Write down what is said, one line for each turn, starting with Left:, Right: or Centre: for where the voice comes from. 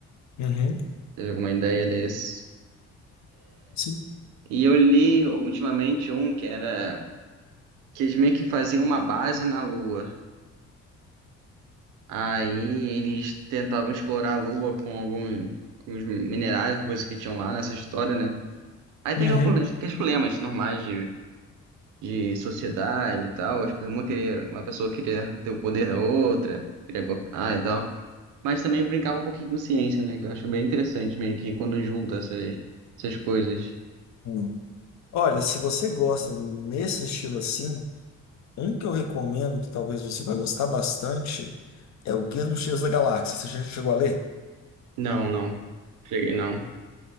Left: Uhum.
Right: Teve alguma ideia desse?
Left: Sim.
Right: E eu li ultimamente um que era... Que eles meio que faziam uma base na Lua. Aí eles tentavam explorar a Lua com algum, com os minerais, coisas que tinham lá nessa história, né? Aí tem
Left: Uhum.
Right: aquela, prole- aqueles problemas normais de de sociedade e tal. As pessoas- Uma queria, uma pessoa queria ter o poder da outra, queria golpear e tal. Mas também brincava um pouquinho com ciência, né? Que eu acho bem interessante, meio que quando junta essas, essas coisas.
Left: Hum. Olha, se você gosta nesse estilo assim, um que eu recomendo, que talvez você vai gostar bastante, é o Guia dos Mochileiros da Galáxia. Você já chegou a ler?
Right: Não, não. Cheguei, não.